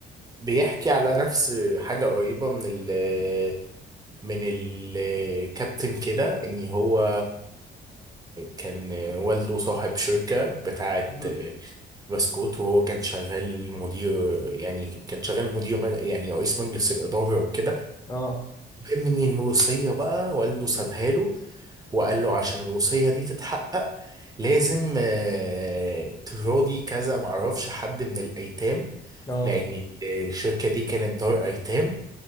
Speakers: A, on the right; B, on the left.
A: بيحكي على نفس حاجة قريبة من ال من الكابتن كده ان هو كان والده صاحب شركة بتاعة
B: مم.
A: بسكوت وهو كان شغال مدير يعني كان شغال مدير يعني رئيس مجلس الإدارة وكده
B: اه
A: المهم ان الوصية بقى والده سابها له وقال له عشان الوصية دي تتحقق لازم آه، تراضي كذا معرفش حد من الأيتام
B: اه
A: لأن الشركة دي كانت دار أيتام